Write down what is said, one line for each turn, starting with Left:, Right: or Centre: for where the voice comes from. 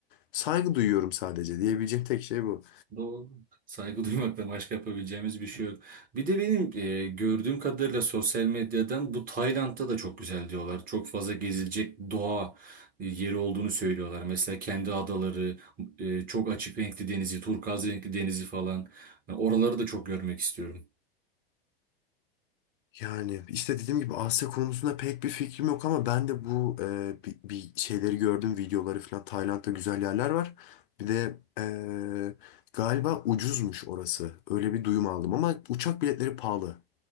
Left: saygı duyuyorum sadece. Diyebileceğim tek şey bu.
Right: Doğru. Saygı <laughs> duymaktan başka yapabileceğimiz bir şey yok. Bir de benim e, gördüğüm kadarıyla sosyal medyadan bu Tayland'da da çok güzel diyorlar. Çok fazla gezilecek doğa e, yeri olduğunu söylüyorlar. Mesela kendi adaları, e, çok açık renkli denizi, turkuaz renkli denizi falan. Ben oraları da çok görmek istiyorum.
Left: Yani işte dediğim gibi Asya konusunda pek bir fikrim yok ama ben de bu e, bir, bir şeyleri gördüm videoları falan Tayland'da güzel yerler var. Bir de e, galiba ucuzmuş orası. Öyle bir duyum aldım ama uçak biletleri pahalı.